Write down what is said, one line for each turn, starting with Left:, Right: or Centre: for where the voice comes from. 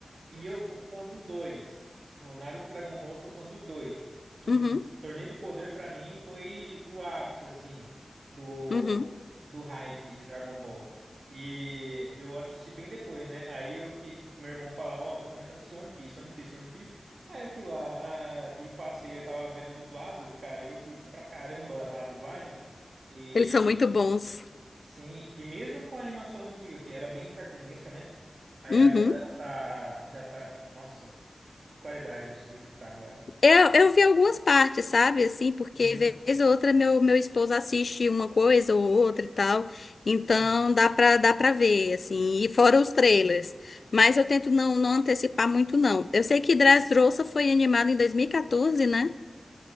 Right: E eu sou fã dos dois. Tipo, Naruto e Dragon Ball, eu sou fã dos dois. Tipo,
Left: uhum,
Right: no Torneio do Poder, pra mim, foi o ápice, assim, do,
Left: uhum.
Right: do hype de Dragon Ball. E eu assisti bem depois, né? Aí eu fiquei, tipo, meu irmão falava, ó, tô começando a assistir One Piece, One Piece, One Piece. Aí eu fui lá, ah, e passei, ele tava vendo dublado, cara, e eu curti pra caramba a dublagem. E
Left: Eles são muito bons.
Right: sim, e mesmo com a animação antiga, que era bem cartunesca, né? Aí
Left: Uhum.
Right: agora ela tá, já tá, nossa, que qualidade absurda que tá agora.
Left: Eu, eu vi algumas partes, sabe? Assim, porque
Right: Uhum.
Left: vez ou outra meu, meu esposo assiste uma coisa ou outra e tal. Então
Right: uhum.
Left: dá pra, dá pra ver, assim. E fora os trailers. Mas eu tento não, não antecipar muito, não. Eu sei que Dressrosa foi animado em 2014, né?